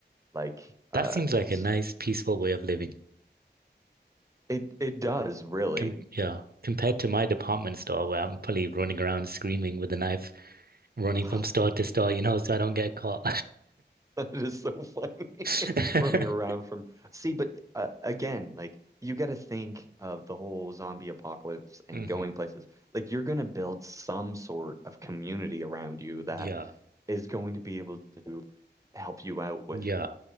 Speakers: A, on the right; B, on the right.
A: like uh
B: That seems like
A: s-
B: a nice, peaceful way of living.
A: It it does really.
B: Com yeah. Compared to my department store where I'm probably running around screaming with a knife, running
A: <laughs>
B: from store to store, you know, so I don't get caught.
A: It is so funny
B: <laughs>
A: <laughs> running around from. See, but uh, again, like you got to think of the whole zombie apocalypse and
B: hmm
A: going places. Like you're going to build some sort of community around you that
B: Yeah.
A: is going to be able to help you out with.
B: Yeah.